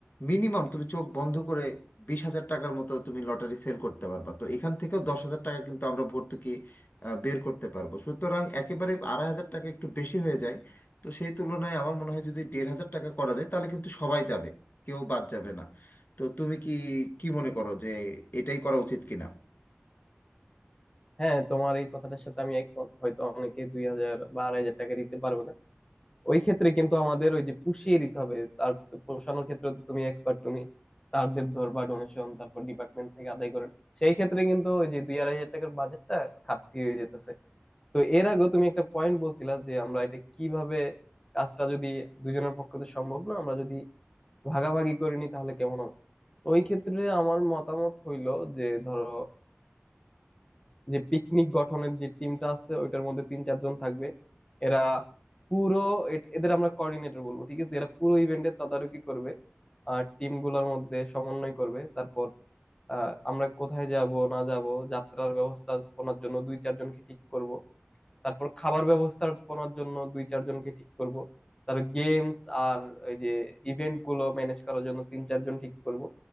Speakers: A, on the left (about 45°); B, on the left (about 20°).
A: মিনিমাম তুমি চোখ বন্ধ করে বিশ হাজার টাকার মতো তুমি লটারি সেল করতে পারবা তো এখান থেকেও দশ হাজার টাকা কিন্তু আমরা ভর্তুকি আহ, বের করতে পারবো সুতরাং একেবারে আড়াই হাজার টাকা একটু বেশি হয়ে যায় তো সেই তুলনায় আমার মনে হয় যদি দেড় হাজার টাকা করা যায় তাহলে কিন্তু সবাই যাবে কেউ বাদ যাবে না তো তুমি কি কি মনে করো যে এটাই করা উচিত কিনা
B: হ্যাঁ তোমার এই কথাটার সাথে আমি একমত হয়তো অনেকে দুই হাজার বা আড়াই হাজার টাকা দিতে পারবে না ওই ক্ষেত্রে কিন্তু আমাদের ওই যে পুষিয়ে দিতে হবে আর পোষানোর ক্ষেত্রে তো তুমি এক্সপার্ট তুমি স্যারদের ধরবা ডোনেশন তারপর ডিপার্টমেন্ট থেকে আদায় করেন সেই ক্ষেত্রে কিন্তু ওই যে দুই আড়াই হাজার টাকার বাজেটটা ঘাটতি হয়ে যেতেছে তো এর আগেও তুমি একটা পয়েন্ট বলছিলা যে আমরা এটা কিভাবে কাজটা যদি দুজনের পক্ষে তো সম্ভব না আমরা যদি ভাগাভাগি করে নিই তাহলে কেমন হবে ওই ক্ষেত্রে আমার মতামত হইলো যে ধরো যে পিকনিক গঠনের যে টিমটা আছে ওইটার মধ্যে তিন চারজন থাকবে এরা পুরো এট- এদের আমরা কোঅর্ডিনেটর বলবো ঠিক আছে এরা পুরো ইভেন্টের তদারকি করবে আর টিম গুলার মধ্যে সমন্বয় করবে তারপর আহ, আমরা কোথায় যাব না যাব যাত্রার ব্যবস্থাপনার জন্য দুই চারজনকে ঠিক করব তারপর খাবার ব্যবস্থাপনার জন্য দুই চারজনকে ঠিক করব তার গেমস আর ওই যে ইভেন্ট গুলো ম্যানেজ করার জন্য তিন চারজন ঠিক করব